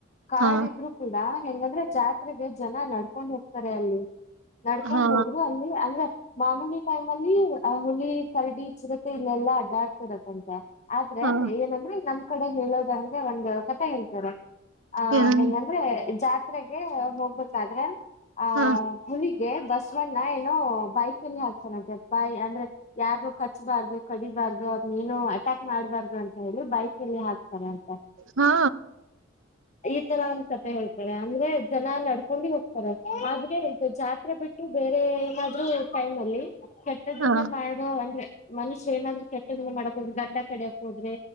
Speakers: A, on the left; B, on the right.
A: ಕಾಡ
B: ಹಾ
A: ಇದ್ರು ಕೂಡ ಹೆಂಗಂದ್ರೆ ಜಾತ್ರೆಗೆ ಜನ ನಡ್ಕೊಂಡ್ ಹೋಗ್ತಾರೆ ಅಲ್ಲಿ ನಡ್ಕೊಂಡ್
B: ಹಾ
A: ಹೋದ್ರು ಅಲ್ಲಿ ಅಂದ್ರ ಮಾಮೂಲಿ ಟೈಮ್ ಅಲ್ಲಿ ಹುಲಿ ಕರಡಿ ಚಿರ ಇಲ್ಲೆಲ್ಲಾ ಅಡ್ಡಾ ಆಡ್ತಿರತ್ತಂತೆ ಆದ್ರೆ
B: ಹಾ
A: ಏನಂದ್ರೆ ನಮ ಕಡೆ ಹೇಳೋದ ಅಂದ್ರೆ ಒಂದ ಕಥ ಹೇಳ್ತಾರೆ ಹ
B: ಏನಂದ
A: ಹೆಂಗಂದ್ರೆ ಜಾ ಜಾತ್ರೆಗೆ ಹೋಗ್ಬೇಕಾದ್ರೆ ಆ
B: ಹಾ
A: ಹುಲಿಗೆ ಬಸವಣ್ಣ ಏನೋ ಬೈಕಲ್ಲಿ ಹಾಕ್ತಾನಂತೆ ಬಾಯಿ ಅಂದ್ರೆ ಯಾರನ ಖಚ್ಬಾರ್ದು ಬಾರ್ದು ಅದ ನೀನು ಅಟ್ಯಾಕ್ ಮಾಡ್ಬಾರ್ದು ಅಂತ ಹೇಳಿ ಬಾಯಿ ಕಲ್ಲಿ ಹಾಕ್ತಾರೆ ಅಂತ
B: ಹಾ
A: ಈ ತರ ಒಂದ ಕಥೆ ಹೇಳ್ತಾರೆ ಅಂದ್ರೆ ಜನ ನಡ್ಕೊಂಡಿ ಹೋಗ್ತಾರೆ ಆದ್ರೆ ಜಾತ್ರೆ ಬಿಟ್ಟು ಬೇರೆ ಎಲ್ಲ ನೀ ಟೈಮ್ ಅಲ್ಲಿ ಕೆಟ್ಟದನ್ನ
B: ಹಾ
A: ಮಾಡ್ದ ಅಂದ್ರೆ ಮನು ನಾದ್ರೆ ಕೆಟ್ಟ ಮಾಡಕ ಹೋದ್ರೆ ದಂಡ ಕಡಕ್ ಹೋದ್ರೆ